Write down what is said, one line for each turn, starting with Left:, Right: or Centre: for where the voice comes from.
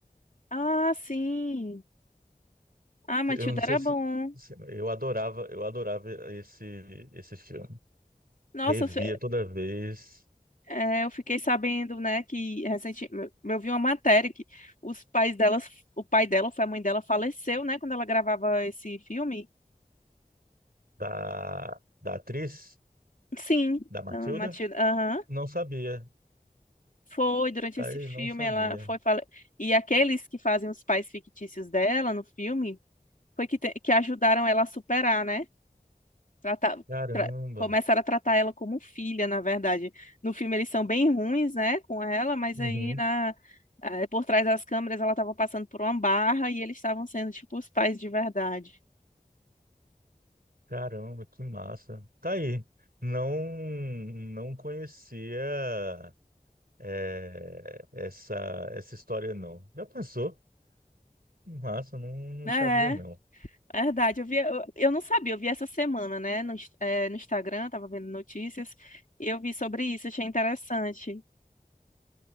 Left: Ah, sim. Ah, Matilda
Right: Eu não sei
Left: era
Right: se
Left: bom.
Right: se- eu adorava eu adorava esse esse filme.
Left: Nossa,
Right: Revia
Left: eu fe-
Right: toda vez
Left: é, eu fiquei sabendo, né, que recentemente eu vi uma matéria que os pais delas, o pai dela, ou foi a mãe dela, faleceu, né, quando ela gravava esse filme.
Right: da, da atriz,
Left: Sim,
Right: da Matilda?
Left: a Matilda, aham.
Right: Não sabia.
Left: Foi durante
Right: Tá
Left: esse
Right: aí, não
Left: filme,
Right: sabia.
Left: ela foi fale... e aqueles que fazem os pais fictícios dela no filme foi que, te- que ajudaram ela a superar, né? Trata-
Right: Caramba.
Left: tra- começaram a tratar ela como filha, na verdade. No filme eles são bem ruins, né, com ela, mas
Right: Uhum.
Left: aí na, eh, por trás das câmeras ela estava passando por uma barra e eles estavam sendo tipo os pais de verdade.
Right: Caramba, que massa. Tá aí. Não, não conhecia é, essa, essa história, não. Já pensou? Massa, não, não
Left: É,
Right: sabia, não.
Left: é verdade. Eu vi, eu, eu não sabia, eu vi essa semana, né, no, ins- eh, no Instagram, tava vendo notícias, e eu vi sobre isso, achei interessante.